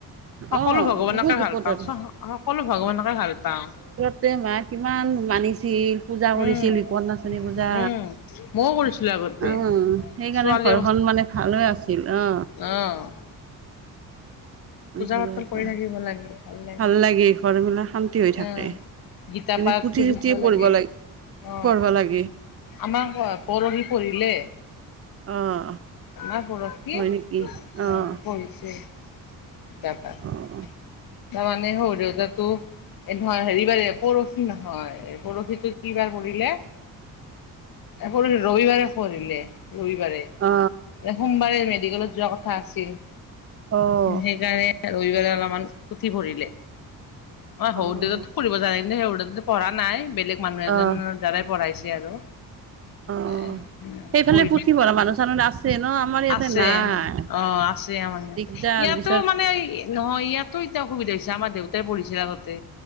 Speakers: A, on the right; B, on the left.
A: অ',
B: সকলো ভগৱানকে
A: বহুত বিপদত
B: ভাল পাওঁ, চ সকলো ভগৱানকে ভাল পাওঁ।
A: গোটেই মাক কিমান মানিছিল, পূজা কৰিছিল,
B: উম।
A: বিকত নাচনী পূজা।
B: উম ময়ো কৰিছিলো আগতে
A: অ', সেইকাৰণে
B: ছোৱালী
A: ঘৰখন মানে ভাল হৈ আছিল অ'।
B: অঁ।
A: এইবোৰৰ
B: পাতল কৰি
A: পৰা
B: থাকিব লাগে লাগে
A: ভাল লাগি ঘৰবিলাক শান্তি হৈ থাকে।
B: অহ। গীতা
A: এনে
B: পাঠ
A: পুথি-চুথি পঢ়িব
B: লাগে।
A: লাগ
B: অ
A: পঢ়িব লাগে।
B: আমাৰ হ পৰহি, পঢ়িলে।
A: অ',
B: আমাৰ পৰহি,
A: হয় নেকি
B: আহ
A: অ',
B: পঢ়িছে। <unintelligible> তাৰ মানে
A: অ',
B: শহুৰ দেউতাতোৰ নহয় হেৰিবাৰে পৰহি নহয় পৰহিটো কি বাৰ পৰিলে এই ৰবিবাৰে পৰিলে ৰবিবাৰে
A: অ
B: এ সোমবাৰে মেডিকেলত যোৱা কথা আছিল
A: অ',
B: সেই যায়ে সেইকাৰণে ৰবিবাৰে অলপমান উঠি ফুৰিলে আমাৰ
A: অ',
B: শহুৰ দেউতা ফুৰিব যাই মানে <unintelligible> পঢ়া নাই বেলেগ মানুহ এজনৰ
A: অ',
B: দ্বাৰাই পঢ়াইছে আৰু
A: অ', অ'।
B: এ
A: সেইফালে
B: পঢ়ি
A: পুথিভঁৰা
B: থাকক
A: মানুহ চানুহ আছে ন' আমাৰ ইয়াতে
B: আছে
A: নাই।
B: অ আছে আমাৰ ইয়াতে
A: দাৰ
B: ইয়াতো
A: বি
B: মানে নহয় ইয়াতো এতিয়া অসুবিধা হৈছে আমাৰ দেউতাই পঢ়িছিল আগতে।